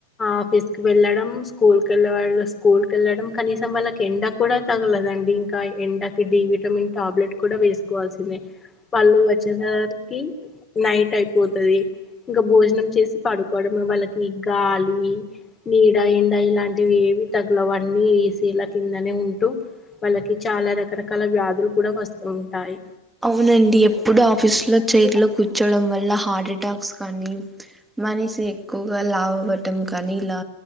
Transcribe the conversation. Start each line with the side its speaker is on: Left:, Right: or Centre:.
Left: ఆఫీస్ కి వెళ్లడం స్కూల్ కి వెళ్లే వాళ్ళు స్కూల్ క వెళ్లడం కనీసం వాళ్ళకి ఎండ కూడా తగలదండి ఇంకా ఎండకి డి విటమిన్ టాబ్లెట్ కూడా వేసుకోవాల్సిందే వాళ్ళు వచ్చేసరికి నైట్ అయిపోతది ఇంకా భోజనం చేసి పడుకోవడమే వాళ్ళకి గాలి నీడా ఎండా ఇలాంటివి తగ్ల వన్నీ ఏసీల కిందనే ఉంటు వాళ్ళకి చాలా రకరకాల వ్యాధులు కూడా వస్తూ ఉంటాయి
Centre: అవునండి ఎప్పుడు ఆఫీసు లో చైర్లో కూర్చోడం వల్ల హార్ట్ ఎటాక్స్ కానీ మనిషి ఎక్కువగా లావ్వటం కానీలా